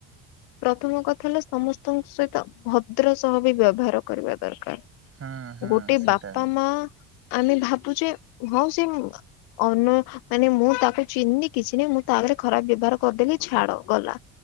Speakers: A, on the left; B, on the right.
A: ପ୍ର ପ୍ରଥମ କଥା ହେଲା ସମସ୍ତଙ୍କ ସହିତ ଭଦ୍ର ସହ ବି ବ୍ୟବହାର କରିବା ଦରକାର।
B: ହୁଁ ହୁଁ
A: ଗୋଟେ
B: ସେଇଟା
A: ବାପା,
B: ବି
A: ମା ଆମେ ଭାବୁଛେ ହଁ ସେ ମ ଅନ ମାନେ ମୁଁ ତାକୁ ଚିହ୍ନନି କିଛି ନାହିଁ, ମୁଁ ତା ଆଗରେ ଖରାପ ବ୍ୟବହାର କରିଦେଲି ଛାଡ ଗଲା।